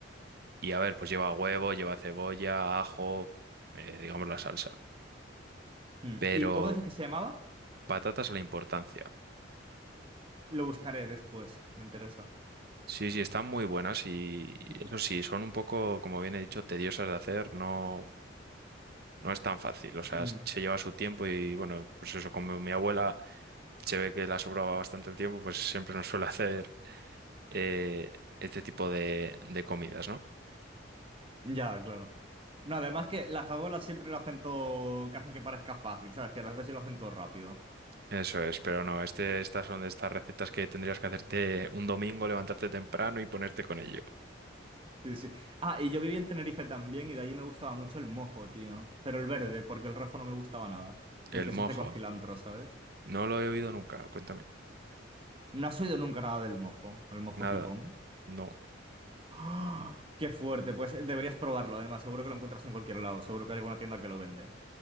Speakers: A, on the right; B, on the right.
A: y a ver, pues lleva huevo, lleva cebolla, ajo, eh, digamos la salsa.
B: Mm.
A: Pero
B: ¿Y cómo dices que se llamaba?
A: patatas a la importancia.
B: Lo buscaré después, me interesa.
A: Sí, sí, están muy buenas y y
B: <laughs>
A: eso sí, son un poco, como bien he dicho, tediosas de hacer. No, no es tan fácil. O sea,
B: Mm.
A: se lleva su tiempo y bueno, pues eso, como mi abuela se ve que la sobraba bastante el tiempo, pues siempre nos suele hacer eh, este tipo de, de comidas, ¿no?
B: Ya, claro. No, además que las abuelas siempre lo hacen todo, que hacen que parezca fácil, ¿sabes? Que las veces lo hacen todo rápido.
A: Eso es, pero no, este, estas son de estas recetas que tendrías que hacerte un domingo, levantarte temprano y ponerte con ello.
B: Sí, sí. Ah, y yo viví en Tenerife también y de allí me gustaba mucho el mojo, tío. Pero el verde, porque el rojo no me gustaba nada.
A: El
B: El que
A: mojo,
B: se hace con cilantro, ¿sabes?
A: no lo he oído nunca, cuéntame.
B: No has oído nunca nada del mojo, el mojo
A: Nada,
B: picón.
A: no.
B: ¡Ah! ¡Qué fuerte! Pues eh, deberías probarlo, además. Seguro que lo encuentras en cualquier lado. Seguro que hay alguna tienda que lo vende.